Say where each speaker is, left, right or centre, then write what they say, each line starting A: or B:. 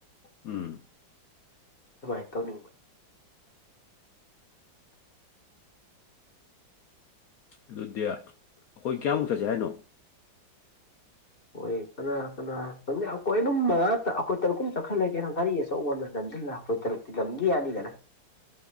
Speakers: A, on the left; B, on the left.
A: ꯎꯝ
B: ꯑꯗꯨꯃꯥꯏꯅ ꯇꯧꯅꯤꯡꯕ
A: ꯑꯗꯨꯣ ꯗꯗꯤꯌꯥ ꯑꯩꯈꯣꯏ ꯀꯌꯥꯃꯨꯛ ꯆꯠꯁꯦ ꯍꯥꯏꯅꯣ
B: ꯍꯣꯏ ꯀꯅꯥ ꯀꯅꯥ ꯑꯩꯈꯣꯏ ꯑꯗꯨꯝ ꯃꯉꯥ ꯑꯩꯈꯣꯏ ꯇꯔꯨꯛ ꯀꯨꯝ ꯆꯠꯈꯔꯂꯒꯦ ꯀꯔꯤꯁꯦ ꯑꯆꯧꯅ ꯅꯝꯁꯤꯜꯂꯒ ꯑꯩꯈꯣꯏ ꯇꯔꯨꯛꯇꯤ ꯂꯝꯝꯒꯤ ꯌꯥꯅꯤꯗꯅ